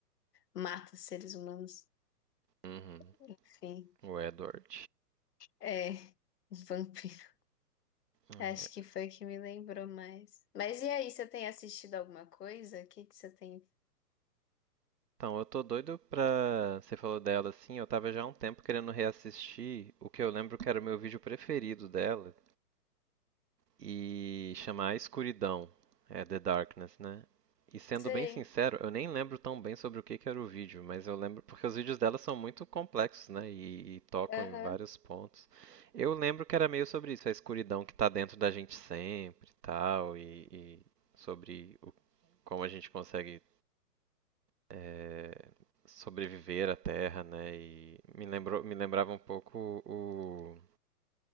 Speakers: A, on the left; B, on the right.
A: mata seres humanos.
B: uhum.
A: Enfim,
B: O Edward.
A: é <laughs> um vampiro.
B: É.
A: Acho que foi que me lembrou mais. Mas e aí, você tem assistido alguma coisa? O que que você tem?
B: Então, eu tô doido pra. Você falou dela assim, eu tava já há um tempo querendo reassistir o que eu lembro que era o meu vídeo preferido dela, e chamar a escuridão, é The Darkness, né? E sendo
A: Sei,
B: bem sincero, eu nem lembro tão bem sobre o que que era o vídeo, mas eu lembro porque os vídeos dela são muito complexos, né? E, e tocam
A: aham.
B: em vários pontos. Eu lembro que era meio sobre isso, a escuridão que está dentro da gente sempre, e tal, e, e sobre o, como a gente consegue é, sobreviver à Terra, né? E me lembrou, me lembrava um pouco o,